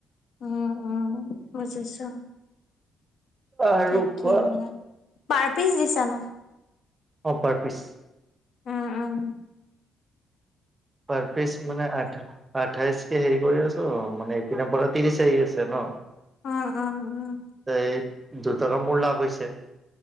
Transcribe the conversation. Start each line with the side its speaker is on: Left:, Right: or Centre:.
Left: উম উ'ম বুজিছো।
Right: আৰু
Left: তাকেহে
Right: কোৱা
Left: পাৰ পিচ দিছা ন।
Right: অঁ পাৰ পিছ।
Left: অ'হ, অ'হ।
Right: পাৰ পিচ মানে আঠা আঠাইছকে হেৰি কৰি আছোঁ মানে এইপিনৰ পৰা ত্ৰিছ আহি আছে ন।
Left: অঁ অঁ অ অ অ
Right: এইত দুটকা মোৰ লাভ হৈছে।